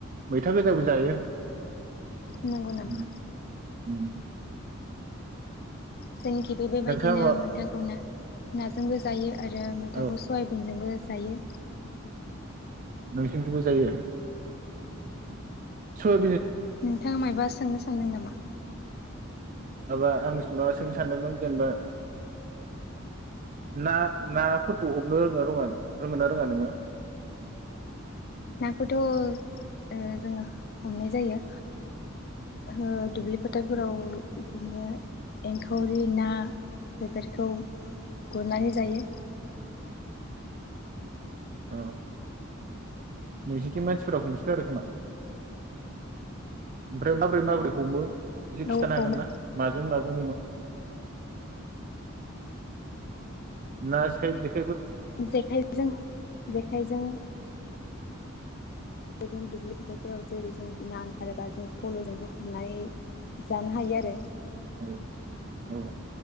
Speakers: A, on the right; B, on the left.
A: मैथा गोजाबो जायो
B: नंगौ नामा
A: उम उम
B: जोंखि बे बेबायदिनो
A: नोंथाङा
B: मैथाखौ ना नाजोंबो जायो। आरो मैथाखौ
A: औ
B: सयाबिनजोंबो जायो
A: नोंसिनिखैबो जायो? सो
B: नोंथाङा मायबा सो सोंनो सानदों नामा
A: माबा आं माबा सोंनो सानदोंमोन जेनेबा ना नाफोरखौ हमनो रोङोना रोङा रोङोना रोङा नोङो
B: नाखौथ' ओ ओ जोङो हमनाय जायो। ओ दुब्लि फाथारफोराव इदिनो एंखावरि ना बेफोरखौ गुरनानै जायो
A: औ नोंसिनिथिं मानसिफोरा हमसोगारो खोमा ओमफ्राय माबोरै माबोरै हमो एसे खिथानो
B: औ हमो
A: हागोन ना माजों माजों हमो ना सेखाइ गिदिर
B: जेखाइजों जेखाइजों बिदिनो दुब्लि फोथोरफोराव जेरै जों ना ओंखारोबा जों फलजोंबो हमनानै जानो हायो आरो
A: औ औ